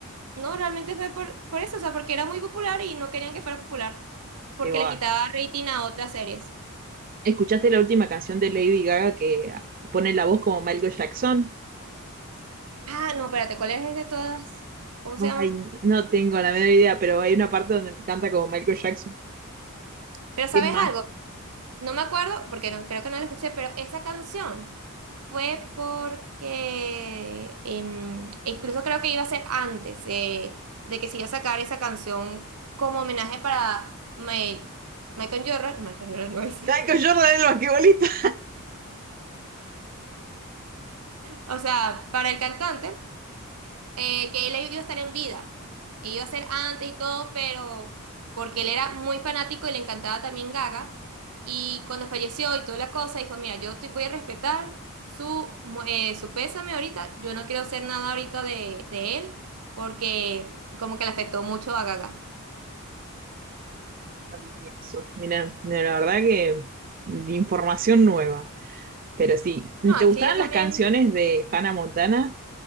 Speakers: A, on the right; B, on the right.
A: no, realmente fue por, por eso, o sea, porque era muy popular y no querían que fuera popular, porque
B: Qué bárbaro.
A: les quitaba rating a otras series.
B: ¿Escuchaste la última canción de Lady Gaga que pone la voz como Michael Jackson?
A: Ah, no, espérate, ¿cuál es de todas? ¿Cómo se llama?
B: Ay, no tengo la menor idea, pero hay una parte donde canta como Michael Jackson.
A: Pero ¿sabes
B: ¿Qué más?
A: algo? No me acuerdo, porque no, creo que no la escuché, pero esa canción fue porque em, e incluso creo que iba a ser antes eh, de que se iba a sacar esa canción como homenaje para Ma- Michael Jordan. Michael Jordan no es. <laughs>
B: Michael Jordan el basquetbolista.
A: O sea, para el cantante. eh, que él iba a estar en vida. E Iba a ser antes y todo, pero porque él era muy fanático y le encantaba también Gaga. Y cuando falleció y toda la cosa, dijo, mira, yo te voy a respetar su, mu- eh, su pésame ahorita. Yo no quiero hacer nada ahorita de, de él, porque como que le afectó mucho a Gaga.
B: familia, eso. Mira, no, la verdad que de información nueva. Pero sí,
A: No,
B: ¿te
A: es
B: gustaban
A: que yo también...
B: las canciones de Hannah Montana?